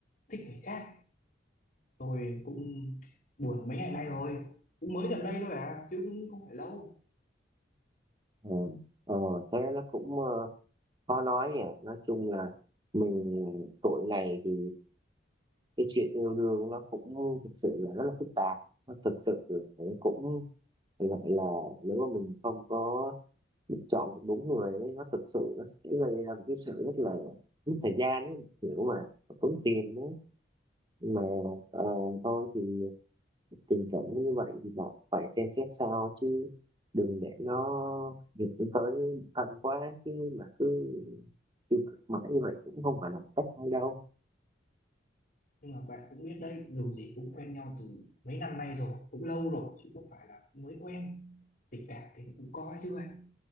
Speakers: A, on the left; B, on the right.
A: thích người khác, tôi cũng buồn mấy ngày nay rồi, cũng mới gần đây thôi à, chứ cũng không phải lâu.
B: ừ. ờ, thế nó cũng ờ, khó nói nhỉ nói chung là mình tuổi này thì cái chuyện yêu đương nó cũng thực sự là rất là phức tạp nó thực sự là cũng phải gọi là nếu mà mình không có chọn được đúng người ấy, nó thực sự nó sẽ gây ra một cái sự rất là mất thời gian ấy, kiểu mà tốn tiền đấy mà ờ, thôi thì tình cảm nó như vậy thì bạn phải xem xét sao chứ đừng để nó dẫn tới thân quá chứ mà cứ tiêu cực mãi như vậy cũng không phải là một cách hay đâu
A: nhưng mà bạn cũng biết đấy dù gì cũng quen nhau từ mấy năm nay rồi cũng lâu rồi chứ không phải là mới quen tình cảm thì nó cũng có chứ bạn